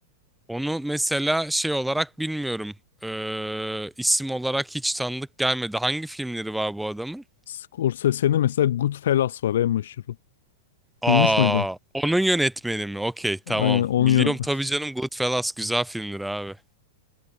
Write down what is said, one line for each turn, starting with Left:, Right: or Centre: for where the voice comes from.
Centre: Onu mesela şey olarak bilmiyorum. Ee, isim olarak hiç tanıdık gelmedi. Hangi filmleri var bu adamın?
Left: Scorsese'nin mesela Goodfellas var en meşhuru.
Centre: Aa,
Left: Duymuş muydun?
Centre: onun yönetmeni mi? Okey, tamam.
Left: Aynen onun
Centre: Biliyorum
Left: yönetmeni.
Centre: tabii canım Goodfellas güzel filmdir abi.